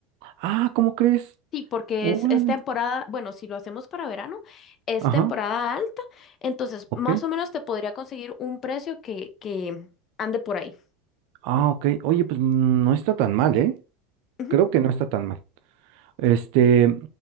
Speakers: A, on the right; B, on the left.
A: Ah, ¿cómo crees?
B: Sí, porque
A: Órale.
B: es, es temporada, bueno, si lo hacemos para verano, es
A: Ajá,
B: temporada alta, entonces
A: ok.
B: más o menos te podría conseguir un precio que, que ande por ahí.
A: Ah, ok. Oye, pues mm, no está tan mal, ¿eh?
B: Ujú.
A: Creo que no está tan mal. Este,